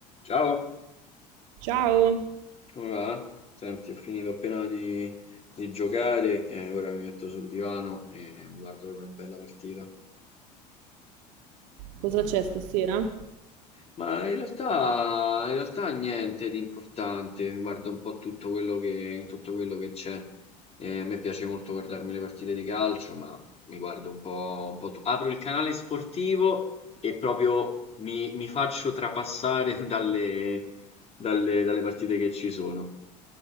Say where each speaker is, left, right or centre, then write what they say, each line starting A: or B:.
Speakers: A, on the left; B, on the right.
A: Ciao,
B: Ciao,
A: come va? Senti, ho finito appena di, di giocare e ora mi metto sul divano e mi guardo una bella partita.
B: cosa c'è stasera?
A: Ma in realtà, in realtà niente di importante, mi guardo un po' tutto quello che, tutto quello che c'è. Eh, a me piace molto guardarmi le partite di calcio, ma mi guardo un po', un po' tu- Apro il canale sportivo e proprio mi, mi faccio trapassare <laughs> dalle, dalle dalle partite che ci sono.